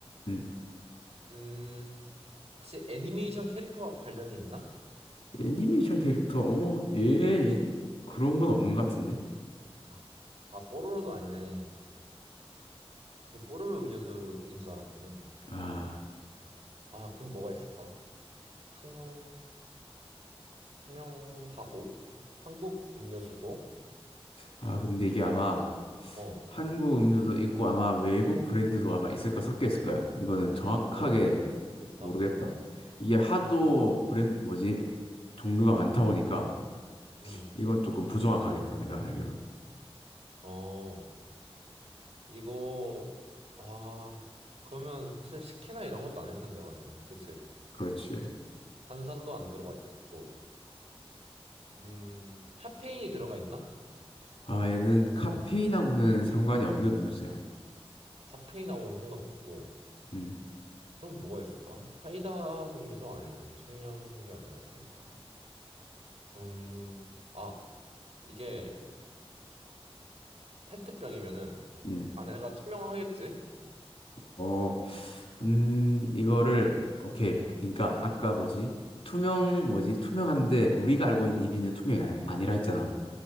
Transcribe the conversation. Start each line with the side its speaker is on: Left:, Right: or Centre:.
Left: 음.
Right: 음, 혹시 애니메이션 캐릭터와 관련이 있나?
Left: 애니메이션 캐릭터, 어, 얘, 얘- 그런 건 없는 것 같은데?
Right: 아, 아, 뽀로로도 아니네. 이 뽀로로 음료수인 줄 알았거든.
Left: 아.
Right: 아, 그럼 뭐가 있을까? 투명, 투명하고 한국 음료수고
Left: 아, 근데 이게 아마
Right: 어? 어.
Left: 한국 음료도 있고 아마 외국 브랜드도 아마 있을 거 섞여 있을 거야. 이거는 정확하게
Right: 아, 외국 브랜드도 있다.
Left: 모르겠다. 이게 하도 브랜드 뭐지? 종류가 많다 보니까
Right: 음.
Left: 이건 조금 부정확하겠다. 내가 알기로는.
Right: 어. 이거 아, 그러면 사실 스키나 이런 것도 아닐 텐데 맞아요. 그치
Left: 그렇지.
Right: 탄산도 안 들어가 있고. 음, 카페인이 들어가 있나?
Left: 아, 얘는 카페인하고는 상관이 없는 음료수야.
Right: 카페인하고는 상관없고.
Left: 음.
Right: 그럼 뭐가 있을까? 사이다 종류도 아닐 테고 청량한 게 아니라 있으니까. 음. 아, 이게 페트병이면은
Left: 음.
Right: 안에가 투명하겠지?
Left: 어. 음, 이거를 오케이. 그러니까 아까 뭐지? 투명 뭐지? 투명한데 우리가 알고 있는 이비는 투명이 아니- 아니라 했잖아.